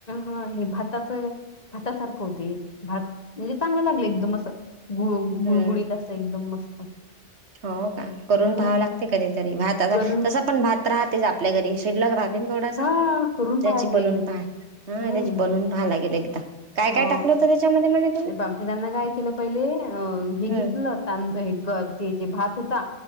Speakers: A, on the left; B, on the right.
A: हा हे भाताच भातासारखं होते भात म्हणजे चांगलं लागलं एकदम असं गुळबुडीत
B: हम्म
A: असं एकदम मस्त
B: हो का करून
A: हा
B: भावं लागते कधीतरी भात अस
A: करून
B: तसा पण भात राहतेच आपल्या घरी शिल्लक राहते थोडासा
A: हा करून
B: त्याची
A: पाहायचं
B: बनून हा
A: हम्म
B: त्याची बनवून पहा लागेल एकदा काय
A: हो
B: काय टाकलं होतं त्याच्यामध्ये म्हणे तुम्ही?
A: ते बामकीदना काय केलं पहिले अ हे
B: हम्म
A: घेतलं तांद हे ग ज जे भात होता